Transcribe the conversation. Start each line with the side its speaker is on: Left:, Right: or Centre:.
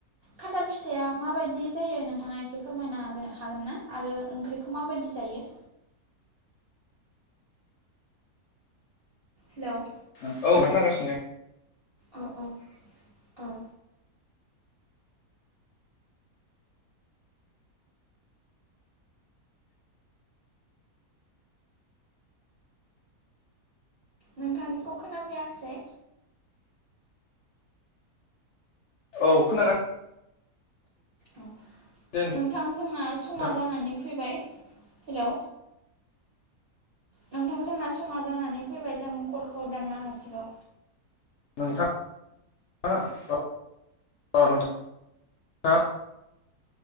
Right: खान्थाल फिथाइया माबायदि जायो नों नोंथाङा एसे फोरमायनो हागोआ हागोन ना आरो ओंख्रिखौ माबायदि जायो। हेल'
Left: औ <unintelligible> खोनागासिनो
Right: औ औ-औ नोंथांनिखौ खोनाफैयाखैसै
Left: औ खोनागा
Right: औ
Left: दे
Right: नोंथां जोंना समा
Left: नोंथां
Right: जानानै फैबाय हेल' नोंथां जोंना समा जानानै फैबाय जों कलखौ दाननो हासिगौ।
Left: नोंथां अ नोंथां